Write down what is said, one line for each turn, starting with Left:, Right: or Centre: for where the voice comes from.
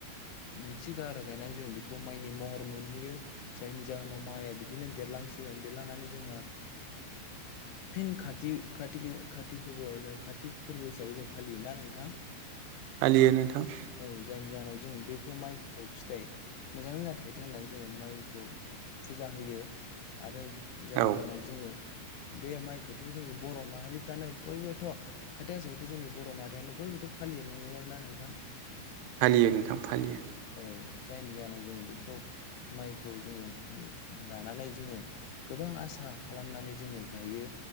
Left: नैथि गार गायनानै जों बेखौ माइनि महर मोनहैयो जायनि जाहोनाव माइआ बिदिनो नो देरलांसिगोन देरलांनानै जोंङो
Right: <inaudible>
Left: फिन काति काति फोरबोआव जों कातिक फोरबो हिसाबै जों फालियोना नोंथां
Right: फालियो नोंथां।
Left: औ जायनि जाहोनाव जों बेखौ माइखौ फिथाइ मोजाङै मोजां थायथों होननानै जोङो माइखौ फुजा होयो आरो जायनि
Right: औ
Left: जाहोनाव जोङो बे माइखौथ' जोंनि बर' माहारिफ्रानो बयबोथ' खोथायासोखौथ' जोंनि बर' माहारियानो ब बयबोथ' फालिया नंङा आरो ना नोंथां।
Right: फालियो नोंथां फालियो।
Left: औ जायनि जाहोनाव जोङो बेखौ माइखौ जोङो लानानै जोङो गोबां आसा खालामनानै जोङो गायो